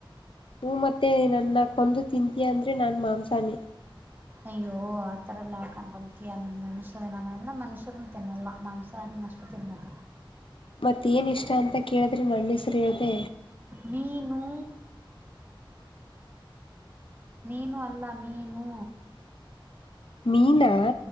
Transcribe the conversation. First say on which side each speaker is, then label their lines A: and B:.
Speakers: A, on the left; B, on the right.
A: ಹ ಮತ್ತೆ ನನ್ನ ಕೊಂದು ತಿಂತೀಯ ಅಂದ್ರೆ ನಾನು ಮಾಂಸಾನೆ
B: ಅಯ್ಯೋ ಆತರ ಎಲ್ಲ ಹಾಕೊಂಡ್ ಬತೀಯಾ ನಿನ್ ಮನ್ಸ ನಾನೆಲ್ಲ ಮನುಷ್ಯರಿನ್ ತಿನ್ನಲ್ಲ ಮಾಂಸಾರಿ ಅಷ್ಟು ತಿನ್ನಲ್ಲ
A: ಮತ್ತೇಏನ ಇಷ್ಟ ಅಂತ ಕೇಳಿದ್ರೆ ನನ್ನ ಹೆಸರು ಹೇಳ್ದ
B: ಮೀನು ನೀನು ಅಲ್ಲ ಮೀನು
A: ಮೀನಾ